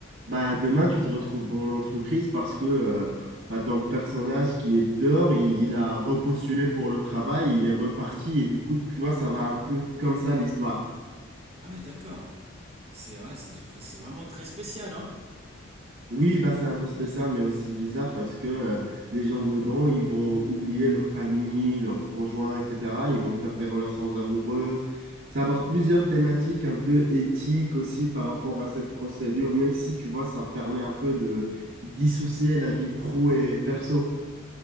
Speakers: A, on the right; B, on the right.
A: bah, demain, tu te retrouves dans l'entreprise parce que euh, bah, ton personnage qui est dehors, il, il a repostulé pour le travail, il est reparti et du coup, tu vois, ça va un peu comme ça l'histoire.
B: Ah ouais, d'accord. C'est ouais, c'est c'est vraiment très spécial hein.
A: Oui, bah, c'est un peu spécial, mais aussi bizarre parce que euh, les gens dedans, ils vont oublier leur famille, leur conjoint, etc. Ils vont faire des relations amoureuses. Ça aborde plusieurs thématiques un peu éthiques aussi par rapport à cette procédure, même si, tu vois, ça permet un peu de dissocier la vie pro et perso.